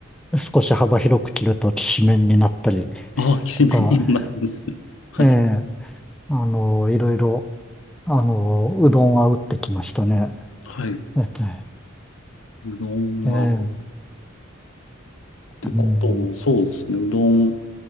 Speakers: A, in the centre; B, on the left (about 75°).
A: 少し幅広く切るときしめんになったり
B: あ、きしめんにもなるんですね。
A: とか、
B: はい。
A: ええあの、いろいろ、あの、うどんは打ってきましたね。
B: はい。
A: えっと
B: うどんは、
A: ええ、
B: ってことも、
A: うん。
B: そうですね。うどん、